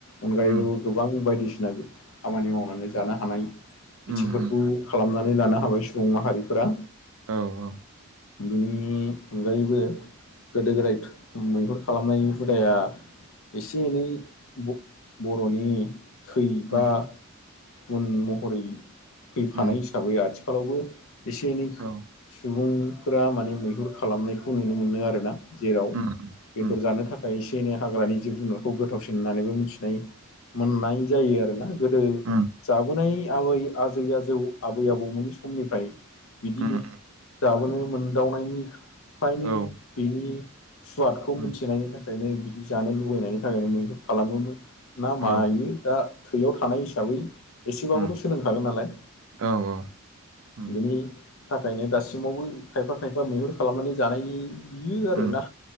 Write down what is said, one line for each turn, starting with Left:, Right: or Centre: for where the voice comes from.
Left: अनगायैबो
Right: उम
Left: गोबां बायदिसिना खामानि मावनानै जानो हानाय
Right: उम
Left: बिथिंफोरखौ
Right: उम
Left: खालामनानै लानो हाबाय सुबुं माहारिफोरा।
Right: औ औ
Left: बिनि अनगायैबो गोदो गोदाय मैहुर खालामनायनि हुदाया एसे एनै ब बर'नि थै
Right: उम
Left: बा गुन महरै फैफानाय
Right: उम
Left: हिसाबै आथिखालावबो एसे एनै
Right: औ
Left: सुबुंफोरा माने मैहुर खालामनायखौ नुनो मोनो आरोना। जेराव
Right: उम उम
Left: बेदर जानो थाखाय एसे एनै हाग्रानि जिब जुनारखौ गोथावसिन होननानैबो मिथिनाय मोननाय जायो आरोना गोदो
Right: उम उम
Left: जाबोनाय आबै आजै आजौ आबै आबौमोननि समनिफ्राय बिदि
Right: उम
Left: जाबोनो मोनदावनायनिफ्रायनो
Right: औ
Left: बेनि सुवादखौ
Right: उम
Left: मोनथिनायनि थाखायनो बिदि जानो लुुबैनायनि थाखायनो मैहुर खालामोमोन ना
Right: औ
Left: मायो दा थैयाव थानाय हिसाबै एसेबाबोथ'
Right: उम
Left: सोलोंखागोन नालाय।
Right: औ औ उम
Left: बिनि थाखायनो दासिमावबो खायफा खायफा मैहुर खालामनानै जानायानो आरोना।
Right: उम